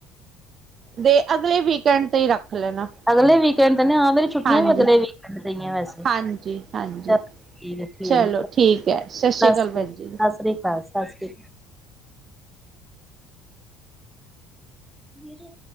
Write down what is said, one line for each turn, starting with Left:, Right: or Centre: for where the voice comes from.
Right: ਦੇ ਅਗਲੇ ਵੀਕਐਂਡ ਤੇ ਰੱਖ ਲੈਣਾ।
Centre: ਅਗਲੇ ਵੀਕਐਂਡ ਤੇ ਨ, ਹਾਂ ਮੇਰੀ ਛੁੱਟੀਆਂ
Right: ਹਾਂਜੀ
Centre: ਵੀ ਅਗਲੇ ਵੀਕੈਡ ਤੇ ਈਐ ਵੈਸੇ।
Right: ਹਾਂਜੀ ਹਾਂਜੀ
Centre: ਠੀਕ ਏ-ਠੀਕ,
Right: ਚਲੋ ਠੀਕ ਹੈ ਸਤਿ ਸ਼੍ਰੀ
Centre: ਸਸ
Right: ਅਕਾਲ
Centre: ਸ੍ਰੀ,
Right: ਭੈਣ
Centre: ਸਸ
Right: ਜੀ
Centre: ਸ੍ਰੀ ਕਾਲ, ਸਸ ਸ਼੍ਰੀ ਵੀਰੇ